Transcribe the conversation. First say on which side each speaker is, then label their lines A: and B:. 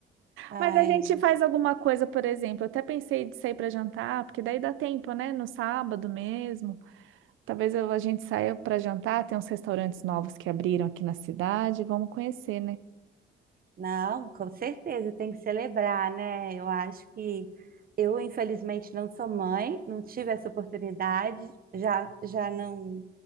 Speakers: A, on the right; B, on the right.
A: ai,
B: Mas a gente faz alguma coisa, por exemplo. Eu até pensei de sair para jantar, porque daí dá tempo, né? No sábado mesmo. Talvez eu- a gente saia para jantar. Tem uns restaurantes novos que abriram aqui na cidade. Vamos conhecer, né?
A: não, com certeza tem que celebrar, né? Eu acho que eu, infelizmente, não sou mãe, não tive essa oportunidade, já, já não,